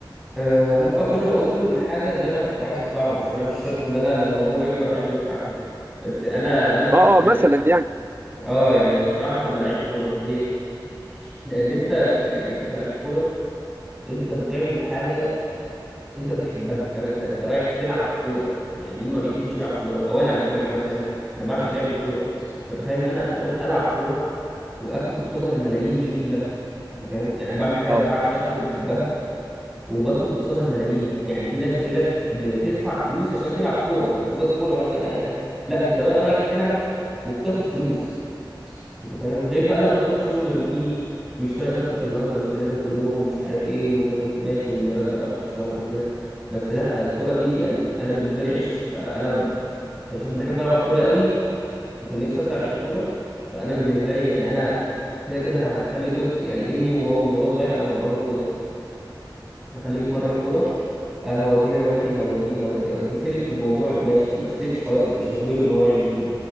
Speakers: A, in the centre; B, on the right.
A: آه، ممكن اكون هقول له الحاجه اللي انا كنت عايز اطلعها بس انا مش شرط ان انا لما هو يكبر عايزه يطلع كذا بس انا انا كنت
B: اه اه مثلا يعني
A: اه يعني الصراحه تبقى لعيب كوره ليه لان انت ك- يعني انت كلاعب كوره انت بتعمل حاجه انت بتحبها فاهم انت انت رايح تلعب كوره يعني مين ما بيحبش يلعب كوره او انا بتكلم عن نفسي انا انا بعشق لعب الكوره فتخيل ان انا اروح العب كوره واخد قصادها الملايين دي كلها انت فاهم يعني انا بعمل حاجه
B: اه
A: بعشقها وبحبها وباخد قصادها ملايين يعني في ناس غيرك بتدفع فلوس عشان تلعب كوره حجوزات كوره مثلا اي حاجه لا انت بقى رايح تلعب وبتاخد فلوس انت فاهم غير بقى لما تروح شغل روتيني مش طايق نفسك النهارده بس لازم تروح ومش عارف ايه وتاخد ماشي مرتب اخر الشهر وكده بس لا الكرة دي يعني انا بالنسبه لي عشق فانا عشان بحب العب كرة قوي وكان نفسي اطلع لعيب كرة فانا بالنسبه لي يعني انا كده كده هخلي طفل يعني ابني وهو من وهو صغير انا همرنه كوره هخليه يتمرن كوره آه، هوديه نوادي هوديه هوديه هوديه سلك في الموضوع ماشي ما سلكش خلاص انا مش هجبره ان هو يعمل كده